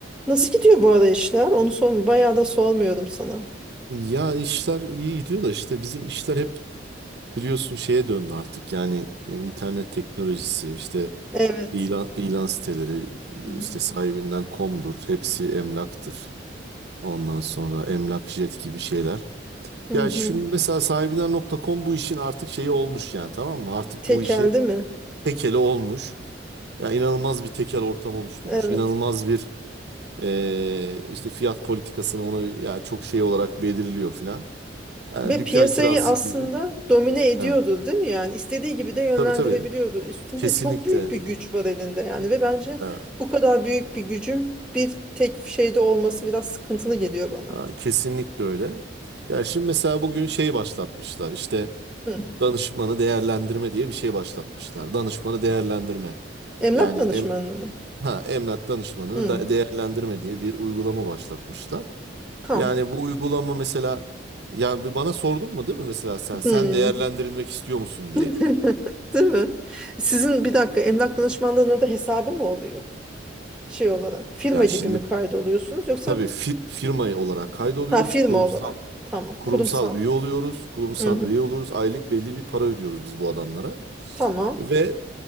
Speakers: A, in the centre; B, on the right.
A: Nasıl gidiyor bu arada işler? Onu sorm bayağı da sormuyordum sana.
B: Ya işler iyi gidiyor da işte bizim işler hep biliyorsun şeye döndü artık. Yani e, internet teknolojisi işte
A: Evet.
B: ilan, ilan siteleri
A: Hı hı.
B: e, işte sahibinden komdur. Hepsi emlaktır. Ondan sonra emlak jet gibi şeyler.
A: Hı
B: Ya
A: hı.
B: şimdi mesela sahibinden nokta .com bu işin artık şeyi olmuş yani tamam mı? Artık
A: Tekeldi
B: bu işi
A: mi?
B: tekeli olmuş. Ya inanılmaz bir tekel ortam oluşturmuş.
A: Evet.
B: İnanılmaz bir e, işte fiyat politikasını ona ya çok şey olarak belirliyor filan. Yani
A: Ve
B: dükkan
A: piyasayı
B: kirası
A: aslında
B: gibi.
A: domine ediyordur,
B: Evet.
A: değil mi? Yani istediği gibi de yönlendirebiliyordur.
B: Tabii tabii.
A: Üstünde
B: Kesinlikle.
A: çok büyük bir güç var elinde yani ve bence
B: Ha,
A: bu kadar büyük bir gücün bir tek şeyde olması biraz sıkıntılı geliyor bana.
B: ha, kesinlikle öyle. Ya şimdi mesela bugün şey başlatmışlar. İşte
A: Hı.
B: danışmanı değerlendirme diye bir şey başlatmışlar. Danışmanı değerlendirme.
A: Emlak
B: Yani
A: danışmanlığı
B: em,
A: mı?
B: ha, emlak danışmanını
A: Hı.
B: da değerlendirme diye bir uygulama başlatmışlar.
A: Tamam.
B: Yani bu uygulama mesela yani bir bana sordun mu değil mi mesela sen sen
A: Hı.
B: değerlendirilmek istiyor musun
A: <laughs>
B: diye.
A: Değil mi? Sizin bir dakika emlak danışmanlığının orada hesabı mı oluyor? şey olarak firma
B: Ya
A: gibi
B: şimdi
A: mi kaydoluyorsunuz yoksa
B: tabii fir- firma olarak kaydoluyoruz.
A: ha firma
B: Kurumsal
A: olarak tamam
B: kurumsal
A: kurumsal
B: üye oluyoruz. Kurumsal
A: hı hı.
B: üye oluyoruz. Aylık belli bir para ödüyoruz biz bu adamlara.
A: tamam
B: Ve